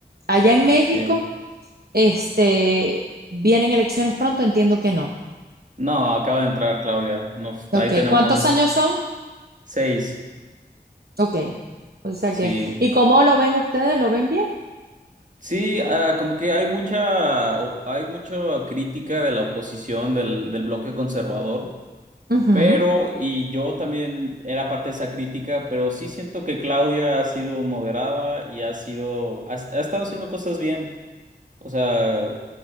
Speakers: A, on the right; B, on the right.
A: Allá en México,
B: sí.
A: este, ¿vienen elecciones pronto? Entiendo que no.
B: No, acaba de entrar Claudia. Nos,
A: Ok,
B: ahí tenemos
A: ¿cuántos años son?
B: seis.
A: Ok, o sea
B: Sí.
A: que, ¿y cómo lo ven ustedes? ¿Lo ven bien?
B: Sí, ah, como que hay mucha, o- hay mucha crítica de la oposición del, del bloque conservador,
A: Ujú.
B: pero, y yo también era parte de esa crítica, pero sí siento que Claudia ha sido moderada y ha sido, ha ha estado haciendo cosas bien. O sea,